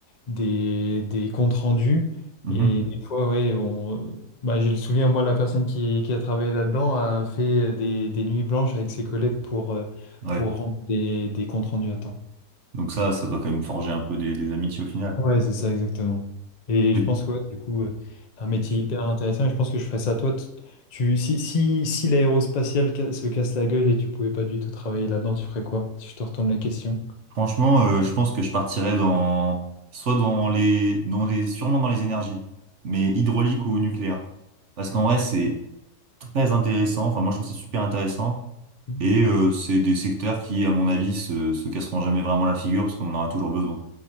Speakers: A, on the left; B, on the right.
A: des, des comptes rendus,
B: Mhm.
A: et des fois, ouais, on, bah, j'ai le souvenir, moi, la personne qui, qui a travaillé là-dedans a fait des, des nuits blanches avec ses collègues pour, euh,
B: Ouais.
A: pour rendre des, des comptes rendus à temps.
B: Donc ça, ça doit quand même forger un peu des, des amitiés au final.
A: Ouais, c'est ça, exactement. Et
B: Mais
A: je pense que ouais, du coup, euh, c'est un métier
B: et tu-
A: hyper intéressant et je pense que je ferais ça toi. t- Tu, si si, si l'aérospatiale ca- se casse la gueule et tu pouvais pas du tout travailler là-dedans, tu ferais quoi? Si je te retourne la question.
B: franchement, euh, je pense que je partirais dans soit dans les dans les sûrement dans les énergies, mais hydraulique ou nucléaire. Parce qu'en vrai, c'est très intéressant. Enfin, moi, je trouve ça super intéressant.
A: Hmm.
B: Et euh, c'est des secteurs qui, à mon avis, se, se casseront jamais vraiment la figure parce qu'on en aura toujours besoin.